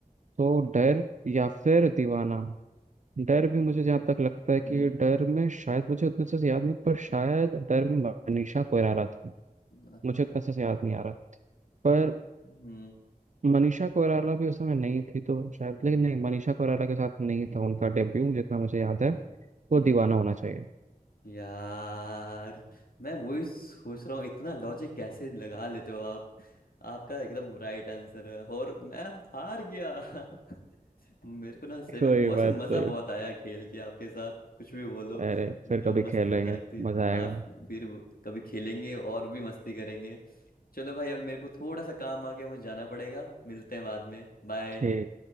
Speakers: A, on the right; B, on the left.
A: तो डर या फिर दीवाना डर भी
B: हम्म
A: मुझे जहाँ तक लगता है कि
B: हम्म
A: डर में शायद मुझे उतना अच्छे से याद नहीं पर शायद डर में मनीषा कोइराला थी
B: हम्म
A: मुझे उतना अच्छे से याद नहीं आ रहा पर
B: हम्म
A: मनीषा कोइराला भी उस समय नहीं थी तो शायद
B: हम्म
A: लेकिन
B: हम्म
A: नहीं मनीषा कोइराला के साथ नहीं था उनका
B: हम्म,
A: डेब्यू जितना मुझे याद है
B: हम्म,
A: वो
B: हम्म,
A: दीवाना होना चाहिए
B: यार मैं वही सोच रहा हूँ इतना लॉजिक कैसे लगा लेते हो आप आपका एकदम राइट आंसर है और मैं हार गया <laughs> मेरे को ना सही
A: कोई
B: में वैसे
A: बात
B: मजा
A: नहीं
B: बहुत आया खेल के आपके साथ कुछ भी बोलो
A: अरे
B: जो
A: फिर कभी
B: मस्ती
A: खेल लेंगे
B: हो जाती
A: मजा
B: आप
A: आएगा
B: फिर वो- कभी खेलेंगे और भी मस्ती करेंगे चलो भाई अब मेरे को थोड़ा सा काम आ गया मुझे जाना पड़ेगा मिलते हैं बाद में बाय
A: ठीक